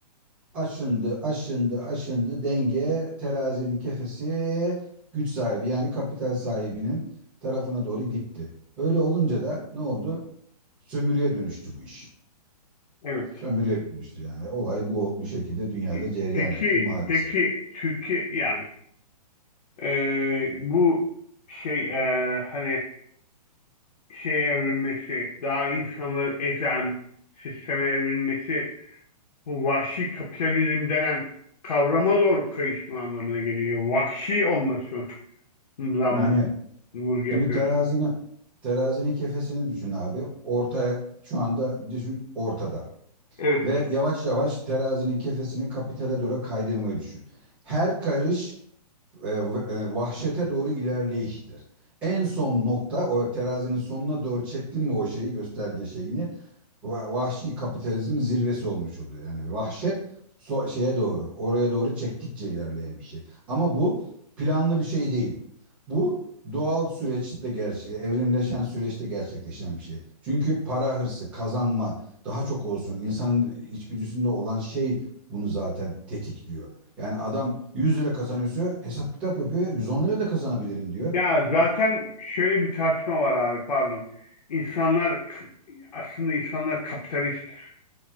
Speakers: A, in the centre; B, on the left.
A: Aşındı, aşındı, aşındı. Denge terazinin kefesi güç sahibi yani kapital sahibinin tarafına doğru gitti. Öyle olunca da ne oldu? Sömürüye dönüştü bu iş.
B: Evet.
A: Sömürüye dönüştü yani. Olay bu bu şekilde dünyada
B: E,
A: cereyan
B: Peki,
A: etti maalesef.
B: peki Türkiye yani e, bu şey e, hani şey evrilmesi, daha insanları ezen sisteme evrilmesi Bu vahşi kapitalizm denen kavrama doğru kayışma anlamına geliyor. Vahşi olmasından mı
A: Yani
B: vurgu yapıyorsun?
A: şimdi terazinin terazinin kefesini düşün abi. Ortaya şu anda düşün ortada.
B: Evet.
A: Ve yavaş yavaş terazinin kefesini kapitale doğru kaydırmayı düşün. Her karış e, e, vahşete doğru ilerleyiştir. En son nokta o terazinin sonuna doğru çektin mi o şeyi gösterge şeyini va- vahşi kapitalizmin zirvesi olmuş oluyor. Yani vahşet so- şeye doğru, oraya doğru çektikçe ilerleyen bir şey. Ama bu planlı bir şey değil. Bu doğal süreçte gerçek, evrimleşen süreçte gerçekleşen bir şey. Çünkü para hırsı, kazanma daha çok olsun insanın içgüdüsünde olan şey bunu zaten tetikliyor. Yani adam 100 lira kazanıyorsa hesap kitap yapıyor. 110 lira da kazanabilirim diyor.
B: Ya zaten şöyle bir tartışma var abi pardon. İnsanlar aslında insanlar kapitalisttir.